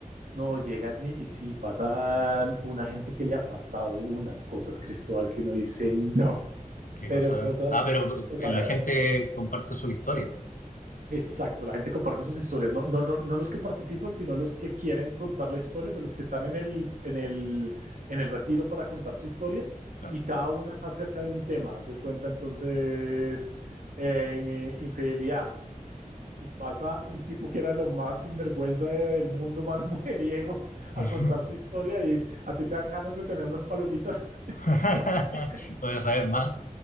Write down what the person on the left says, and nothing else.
¿Qué
cosa?
Ah, pero eh,
la gente comparte su historia.
Claro.
Ujú.
<laughs>
Voy a saber más.